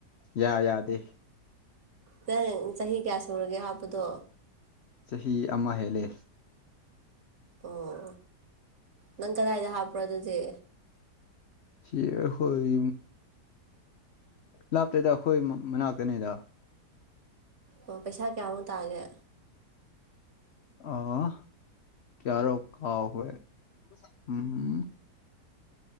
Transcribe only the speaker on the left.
ꯌꯥ ꯌꯥꯗꯦ
ꯆꯍꯤ ꯑꯃ ꯍꯦꯜꯂꯦ
ꯁꯤ ꯍꯣꯏ ꯂꯥꯞꯇꯦꯗ ꯑꯩꯈꯣꯏ ꯃꯅꯥꯛꯇꯅꯤꯗ
ꯑꯥ ꯀꯔꯣ ꯀꯥꯎ ꯍ ꯎꯝ